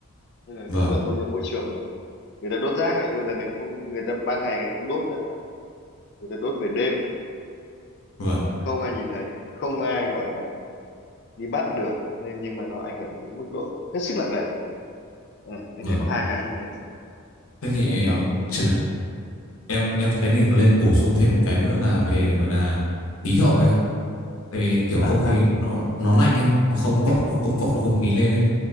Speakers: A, on the left (about 50°); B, on the left (about 80°).
A: nên là
B: Vâng.
A: cái lượng ô nhiễm môi trường mà người ta đốt rác ấy bây giờ người ta không người ta ban ngày người ta không đốt nữa mà người ta đốt về đêm
B: Vâng.
A: không ai nhìn thấy không ai gọi là đi bắt được nên nhưng mà nó ảnh hưởng đến mức độ hết sức nặng nề Ờ, anh
B: Vâng.
A: thấy có hai cái như vậy
B: Thế thì
A: làm cho
B: ờ,
A: không
B: xem
A: khí
B: nào em em thấy thì nên bổ sung thêm một cái nữa là về gọi là khí hậu anh ạ. Tại vì kiểu
A: à
B: không khí
A: ha
B: nó nó lạnh ấy, nó không bốc được không bốc
A: ừ.
B: được không khí lên ấy.